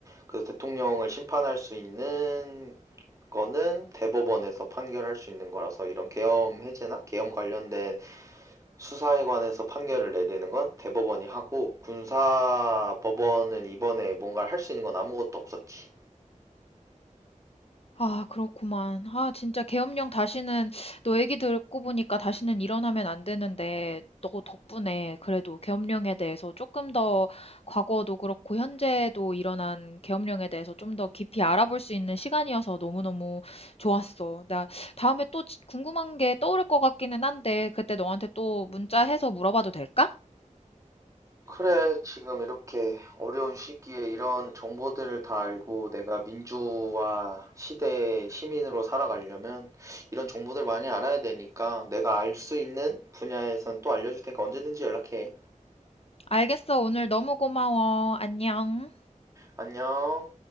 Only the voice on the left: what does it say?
아, 그렇구만. 아, 진짜 계엄령 다시는 너 얘기 듣고 보니까 다시는 일어나면 안 되는데 너 덕분에 그래도 계엄령에 대해서 조금 더 과거도 그렇고 현재도 일어난 계엄령에 대해서 좀 더 깊이 알아볼 수 있는 시간이어서 너무너무 좋았어. 나 다음에 또 지- 궁금한 게 떠오를 것 같기는 한데 그때 너한테 또 문자해서 물어봐도 될까?
알겠어. 오늘 너무 고마워. 안녕.